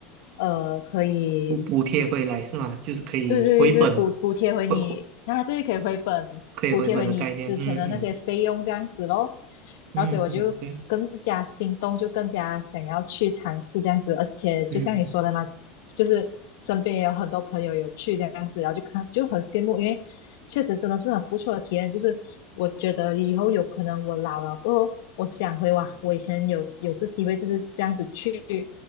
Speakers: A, on the left (about 65°); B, on the right (about 40°).
A: 呃，可以
B: 补补贴回来是吗？就是可以回本，
A: 对对对对补补贴回你，
B: 回回
A: 那对可以回本补贴回你之前的那些费用这样子咯。
B: 可以回本的概念，嗯嗯嗯嗯，
A: 然后所以我就更加心动，
B: 对。
A: 就更加想要去尝试这样子，而且就像你说的嘛，
B: 嗯
A: 就是身边也有很多朋友有去这样子，然后就看就很羡慕，因为。确实真的是很不错的体验。就是我觉得以后有可能我老了过后，我想回哇，我以前有有这机会就是这样子去